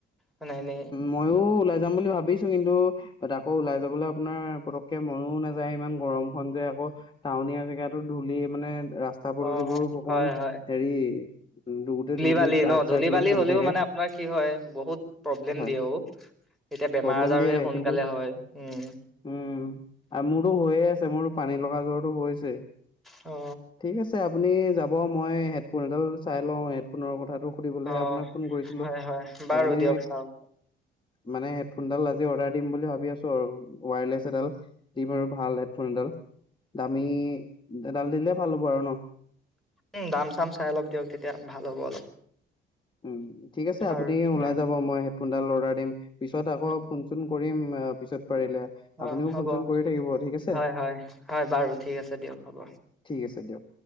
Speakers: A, in the centre; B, on the left (about 25°).
A: অঁ নাই নাই
B: ময়ো ওলাই যাম বুলি ভাবিছোঁ, কিন্তু তাত আকৌ ওলাই যাবলৈ আপোনাৰ পতক মনও নাযায় ইমান গৰমখন যে আকৌ টাউনীয়া জেগাতো ধূলি মানে ৰা ৰাস্তা পদূলিবোৰো
A: অ
B: অকমান
A: হয় হয়
B: হেৰি ধোতে ধূলি
A: বালি
B: ট্ৰাক
A: ন ধূলি
B: চাক বিলাক
A: বালি
B: চলি
A: হ'লেও
B: থাকে।
A: মানে আপোনাৰ কি হয় বহুত প্ৰব্লেম
B: হয়
A: দিয়ে ঔ। এতিয়া বেমাৰ
B: প্ৰব্লেম
A: আজাৰ
B: দিয়ে
A: সোনকালে
B: কিন্তু
A: হয়, উম।
B: উম আ মোৰতো হৈয়ে আছে মোৰতো পানী লগা জ্বৰতো হৈছেই
A: অ।
B: ঠিক আছে আপুনি যাব, মই হেডফোন এডাল চাই লওঁ হেডফোনৰ কথাটো সুধিবলেহে
A: অ
B: আপোনাক ফোন কৰিছিলো।
A: হয় হয় বাৰু
B: আপুনি,
A: দিয়ক চাওক
B: মানে হেডফোনডাল আজি অৰ্ডাৰ দিম বুলি ভাবি আছো আৰু উৱাৰলেছ এডাল দিম আৰু ভাল হেডফোন এডাল দামী এডাল দিলে ভাল হ'ব আৰু ন
A: উম দাম চাম চাই লক দিয়ক তেতিয়া ভাল হ'ব অলপ
B: উম ঠিক আছে
A: বাৰু
B: আপুনি ওলাই
A: উম
B: যাব মই হেফোনডাল অৰ্ডাৰ দিম পিছত আকৌ
A: উম
B: ফোন চোন কৰিম পিছত পাৰিলে
A: অ
B: আপুনিও
A: হ'ব
B: ফোন চোন কৰি থাকিব ঠিক আছে
A: হয় হয় হয় বাৰু ঠিক আছে দিয়ক হ'ব
B: ঠিক আছে দিয়ক